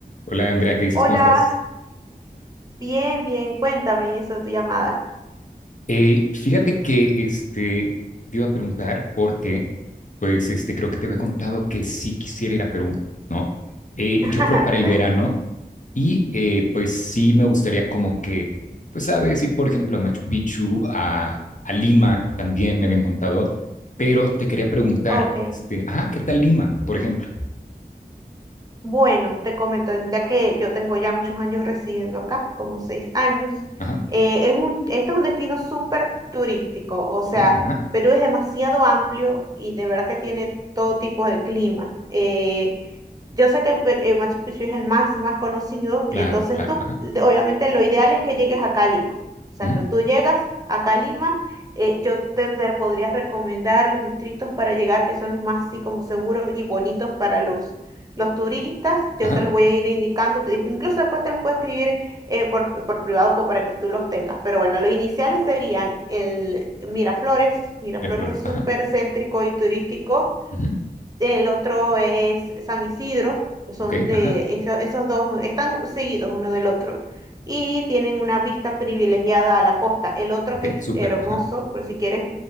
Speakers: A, on the left; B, on the right.
A: Hola Andrea, ¿qué dices?
B: Hola,
A: ¿Cómo estás?
B: bien, bien, cuéntame y eso de tu llamada.
A: Eh, fíjate que este, te iba a preguntar porque, pues este, creo que te había contado que sí quisiera ir a Perú, ¿no? Eh,
B: <laughs>
A: yo creo para el verano y eh, pues sí me gustaría como que, pues sabes, ir por ejemplo a Machu Picchu, a, a Lima también me habían contado, pero te quería preguntar,
B: Ok.
A: este, ajá, ¿qué tal Lima, por ejemplo?
B: Bueno, te comento, ya que yo tengo ya muchos años residiendo acá, como seis años,
A: Ajá,
B: eh, es un, este es un destino súper turístico, o
A: ok,
B: sea,
A: ajá,
B: Perú es demasiado amplio y de verdad que tiene todo tipo de clima. Eh, yo sé que Pe- eh, Machu Picchu es el más, más conocido,
A: claro,
B: entonces
A: claro,
B: tú,
A: ajá,
B: de- obviamente lo ideal es que llegues acá a Lima. O sea,
A: ujú,
B: pero tú llegas acá a Lima, eh, yo te, te podría recomendar los distritos para llegar que son los más así como seguros y bonitos para los los turistas, yo
A: ajá,
B: te los voy a ir indicando, te- incluso después te los puedo escribir eh, por, por privado como para que tú los tengas. Pero bueno, los iniciales serían el Miraflores. Miraflores
A: Miraflores,
B: es súper
A: ajá,
B: céntrico y turístico.
A: ujú,
B: El otro es San Isidro, que son
A: ok,
B: eh,
A: ajá,
B: eso- esos dos están seguidos uno del otro y tienen una vista privilegiada a la costa. El otro
A: ok,
B: que es
A: súper,
B: hermoso,
A: ajá.
B: por si quieres,